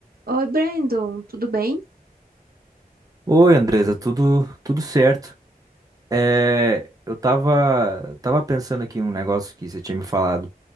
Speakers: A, on the right; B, on the right.
A: Oi, Brandon, tudo bem?
B: Oi, Andresa, tudo tudo certo? É, eu tava tava pensando aqui um negócio que você tinha me falado